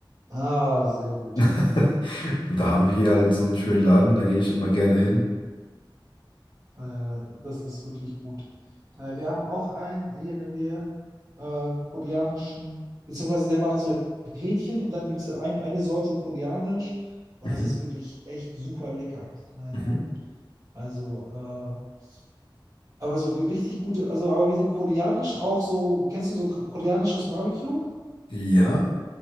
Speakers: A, on the right; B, on the left.
A: Ah, sehr gut.
B: <laughs> Und da haben wir hier halt so einen schönen Laden, da gehe ich immer gerne hin.
A: Naja, das ist wirklich gut. Daher, wir haben auch einen hier in der Nähe, äh, koreanischen, beziehungsweise der macht so Hähnchen und dann gibt es ein, eine Sorte koreanisch und
B: Mhm.
A: das ist wirklich echt super lecker. Naja,
B: Mhm.
A: also, äh, aber so ge- richtig gute, also, aber wir sind koreanisch auch so, kennst du so k- koreanisches Barbecue?
B: Ja,